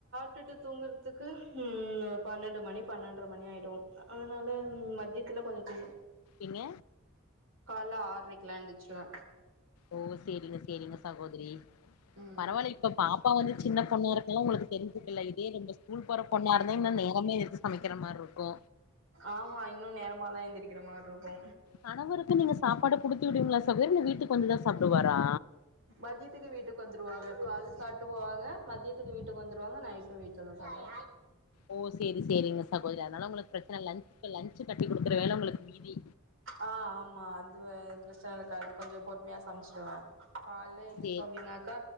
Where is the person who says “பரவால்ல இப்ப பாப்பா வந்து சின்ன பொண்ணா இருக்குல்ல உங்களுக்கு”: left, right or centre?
Left